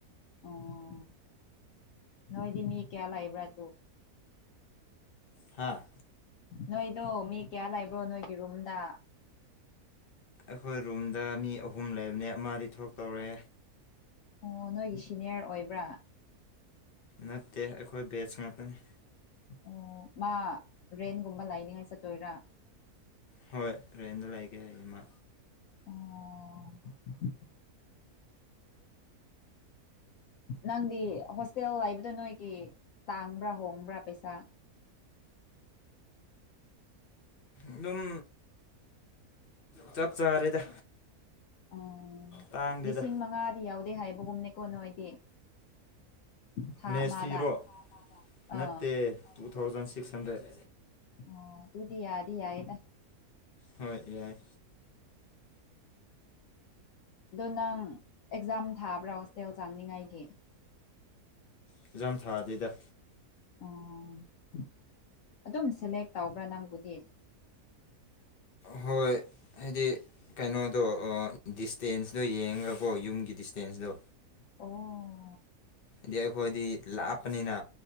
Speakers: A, on the left (about 65°); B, on the left (about 40°).
A: ꯑꯣ ꯅꯣꯏꯗꯤ ꯃꯤ ꯀꯌꯥ ꯂꯩꯕ꯭ꯔ ꯑꯗꯨ
B: ꯍꯥꯥ
A: ꯅꯣꯏꯗꯣ ꯃꯤ ꯀꯌꯥ ꯂꯩꯕ꯭ꯔꯣ ꯅꯣꯏꯒꯤ ꯔꯨꯝꯗ
B: ꯑꯩꯈꯣꯏ ꯔꯨꯝꯗ ꯃꯤ ꯑꯍꯨꯝ ꯂꯩꯕꯅꯦ ꯑꯃꯗꯤ ꯊꯣꯛꯇꯧꯔꯦ
A: ꯑꯣ ꯅꯣꯏꯒꯤ ꯁꯤꯅꯤꯌꯔ ꯑꯣꯏꯕ꯭ꯔꯥ
B: ꯅꯠꯇꯦ ꯑꯩꯈꯣꯏ ꯕꯦꯠꯁ ꯉꯥꯛꯇꯅꯤ
A: ꯑꯣ ꯃꯥ ꯔꯦꯟꯒꯨꯝꯕ ꯂꯩꯅꯤꯉꯥꯏ ꯆꯠꯇꯣꯏꯔꯥ
B: ꯍꯣꯏ ꯔꯦꯟꯗ ꯂꯩꯒꯦ ꯍꯥꯏꯌꯦ ꯃꯥ
A: ꯑꯣ ꯅꯪꯗꯤ ꯍꯣꯁꯇꯦꯜ ꯂꯩꯕꯗꯣ ꯅꯣꯏꯒꯤ ꯇꯥꯡꯕ꯭ꯔꯥ ꯍꯣꯡꯕ꯭ꯔꯥ ꯄꯩꯁꯥ
B: ꯑꯗꯨꯝ ꯆꯞ ꯆꯥꯔꯦꯗ
A: ꯑꯣ
B: ꯇꯥꯡꯗꯦꯗ
A: ꯂꯤꯁꯤꯡ ꯃꯉꯥꯗꯤ ꯌꯧꯗꯦ ꯍꯥꯏꯕꯒꯨꯝꯅꯦꯀꯣ ꯅꯣꯏꯗꯤ ꯊꯥ
B: ꯃꯦꯁ
A: ꯑꯃꯗ
B: ꯐꯤꯔꯣ ꯅꯠꯇꯦ
A: ꯑ
B: ꯇꯨ ꯊꯥꯎꯖꯟ ꯁꯤꯛꯁ ꯍꯟꯗ꯭ꯔꯦꯠ
A: ꯑꯣ ꯗꯨꯨꯗꯤ ꯌꯥꯗꯤ ꯌꯥꯏ
B: ꯍꯣꯏ ꯌꯥꯏ
A: ꯑꯗꯣ ꯅꯪ ꯑꯦꯛꯖꯥꯝ ꯊꯥꯕ꯭ꯔꯥ ꯍꯣꯁꯇꯦꯜ ꯆꯪꯅꯤꯡꯉꯥꯏꯒꯤ
B: ꯑꯦꯛꯖꯥꯝ ꯊꯥꯗꯦꯗ
A: ꯑꯣ ꯑꯗꯨꯝ ꯁꯦꯂꯦꯛ ꯇꯧꯕ꯭ꯔꯥ ꯅꯪꯕꯨꯗꯤ
B: ꯍꯣꯏ ꯍꯥꯏꯗꯤ ꯀꯩꯅꯣꯗꯣ ꯑ ꯗꯤꯁꯇꯦꯟꯁꯇꯣ ꯌꯦꯡꯉꯒ ꯀꯣ ꯌꯨꯝꯒꯤ ꯗꯤꯁꯇꯦꯟꯁꯇꯣ
A: ꯑꯣ
B: ꯍꯥꯏꯗꯤ ꯑꯩꯈꯣꯏꯗꯤ ꯂꯥꯛꯄꯅꯤꯅ